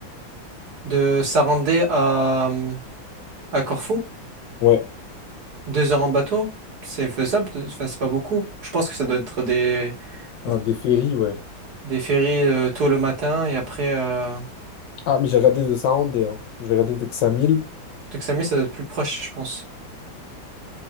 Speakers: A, on the right; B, on the left.
A: De Sarandé à, à Corfou,
B: Ouais,
A: deux heures en bateau, c'est faisable, de- enfin c'est pas beaucoup. Je pense que ça doit être des,
B: Ah,
A: des,
B: des ferries, ouais.
A: des ferries euh, tôt le matin et après... Euh...
B: Ah, mais j'ai regardé de Sarandé, hein. Je vais regarder de Xamil.
A: De Xamil, ça doit être plus proche, je pense.